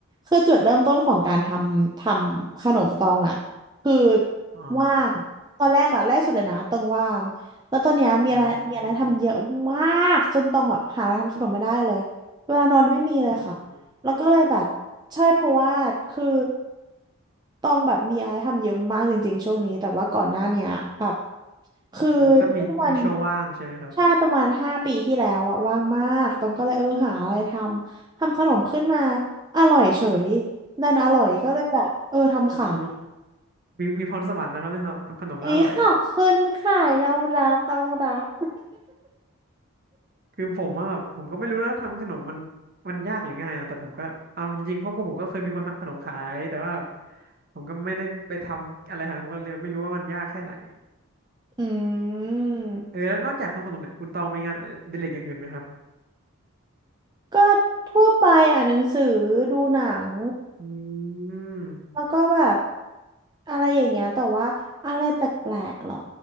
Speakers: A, on the right (about 20°); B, on the right (about 45°).
A: คือจุดเริ่มต้นของการทำทำขนมตองอะคือ
B: อ๋อ
A: ว่างตอนแรกอะแรกสุดเลยนะตองว่างแล้วตอนเนี้ยมีอะไรมีอะไรทำเยอะมากจนตองแบบหาอะไรทำขนมไม่ได้เลยเวลานอนไม่มีเลยค่ะ
B: อออืมอ๋อ
A: แล้วก็เลยแบบใช่เพราะว่าคือต้องแบบมีอะไรทำเยอะมากจริงๆช่วงนี้แต่ว่าก่อนหน้าเนี้ยแบบคือประมาณ
B: อืมก็มีมีช่วงว่างใช่ไหมครับ
A: ใช่ประมาณห้าปีที่แล้วอะว่างมากต้องก็เลยเออหาอะไรทำทำขนมขึ้นมาอร่อยเฉยดันอร่อยก็เลยแบบเออทำขาย
B: โอ้มีมีพรสวรรค์นะครับเนี่ยครับทำขนมแล้วอร่อยเนี่ย
A: วันนี้ขอบคุณค่ะยอมรับยอมรับ
B: คือผมว่าแบบผมก็ไม่รู้นะทำขนมมันมันยากหรือง่ายนะแต่ผมก็เอาจริงๆครอบครัวผมก็เคยมีคนทำขนมขายแต่ว่าผมก็ไม่ได้ไปทำอะไรหาผมก็เลยไม่รู้ว่ามันยากแค่ไหน
A: อืม
B: เออแล้วนอกจากทำขนมเนี่ยคุณตองมีงานอดิเรกอย่างอื่นไหมครับ
A: ก็ทั่วไปอ่านหนังสือดูหนัง
B: อืม
A: แล้วก็แบบอะไรอย่างเงี้ยแต่ว่าอะไรแปลกๆหรอ